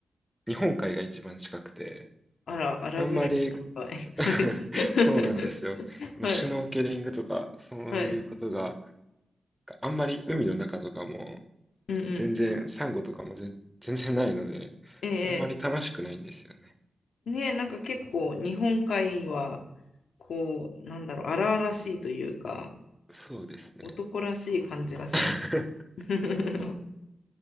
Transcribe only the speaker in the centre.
日本海が一番近くて、
あんまり
<laughs>
そうなんですよ。まあシュノーケリングとか、
そういうことが、
あんまり海の中とかも、
全然、サンゴとかもぜ全然ないので、
あんまり楽しくないんですよね。
そうですね。
<laughs>